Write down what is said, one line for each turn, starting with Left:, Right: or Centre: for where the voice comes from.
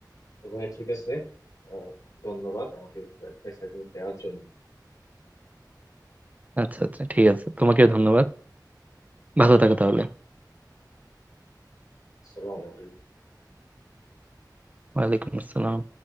Left: তো ভাইয়া ঠিক আছে আহ, ধন্যবাদ আমাকে অ্যাডভাইস দেওয়ার জন্য
Right: আচ্ছা আচ্ছা ঠিক আছে তোমাকেও ধন্যবাদ ভালো থাকো তাহলে
Left: আসসালামু আলাইকুম
Right: ওয়ালাইকুম আসসালাম